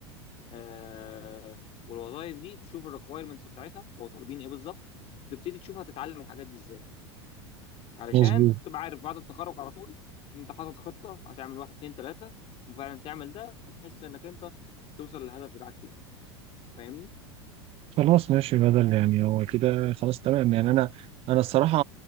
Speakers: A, on the left; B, on the right.
A: آه والوظائف دي تشوف الريكوايرمنتس بتاعتها هو طالبين ايه بالظبط وتبتدي تشوف هتتعلم الحاجات دي ازاي علشان
B: مظبوط
A: تبقى عارف بعد التخرج على طول إن انت حاطط خطه هتعمل واحد اتنين تلاته وفعلا تعمل ده بحيث انك انت توصل للهدف بتاعك في الاخر فاهمني؟
B: خلاص ماشي بدل يعني هو كده خلاص تمام يعني انا انا الصراحه